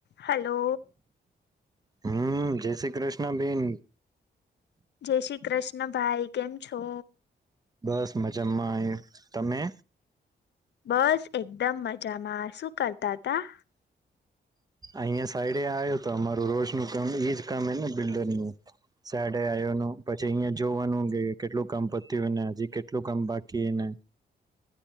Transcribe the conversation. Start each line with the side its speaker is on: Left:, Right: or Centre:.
Left: Hello
Right: હમ જય શ્રી કૃષ્ણબેન
Left: જય શ્રી કૃષ ન ભાઈ કેમ છો.
Right: બસ મજામાં એ તમે
Left: બસ એક દમ મજામાં શું કરતા તા
Right: અહિયાં સાઈડે આવ્યો તો અમારું રોજનું કામ એજ કામને બિલ્ડરનુ સાડે આવ્યોનું પછી અહિયાયા જોવાનું કે કેટલું કામ પત્યુંને હજી કેટલું કામ બાકીને